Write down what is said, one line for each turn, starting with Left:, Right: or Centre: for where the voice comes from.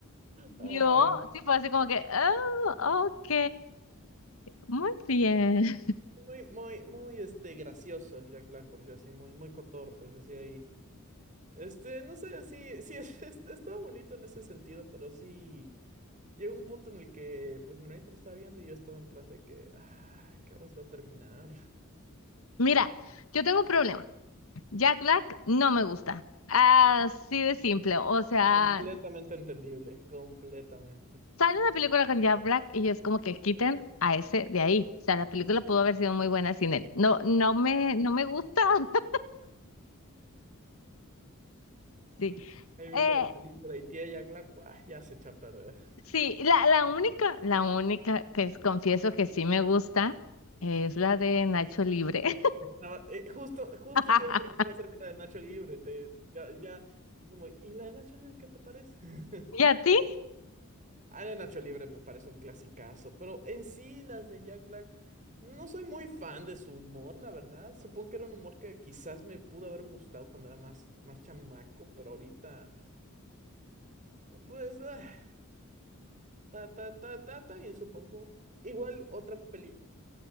Right: Ay,
Left: Yo sí fue así como que, oh, ok, muy bien.
Right: muy, muy, muy, este, gracioso el Jack Black, por si así, muy, muy cotorro, por si así ahí. Este, no sé, sí, sí, <laughs> es- es- estaba bonito en ese sentido, pero sí, llegó un punto en el que, pues, mi hermanito lo estaba viendo y yo estaba en plan de que, ah, ¿qué horas va a terminar? <laughs>
Left: <laughs> Mira, yo tengo un problema. Jack Black no me gusta. Así de simple. O sea,
Right: Completamente entendible, completamente.
Left: sale una película con Jack Black y es como que quiten a ese de ahí. O sea, la película pudo haber sido muy buena sin él. No, no me, no me gusta. <laughs> Sí.
Right: Ahí viendo
Left: Eh,
Right: la película y tía Jack Black, pues, ah, ya se echó a perder.
Left: sí, la, la única, la única que es- confieso que sí me gusta es la de Nacho Libre.
Right: Estaba- eh, justo, justo
Left: <laughs>
Right: te iba a preguntar acerca de Nacho Libre, te, ya, ya, como, ¿y la de Nacho Libre qué te parece? <laughs>
Left: ¿Y a ti?
Right: Ah, de Nacho Libre me parece un clasicazo, pero en sí las de Jack Black no soy muy fan de su humor, la verdad. Supongo que era un humor que quizás me pudo haber gustado cuando era más, más chamaco, pero ahorita, pues, ah, ta, ta, ta, ta, ta, bien, supongo. Igual otra película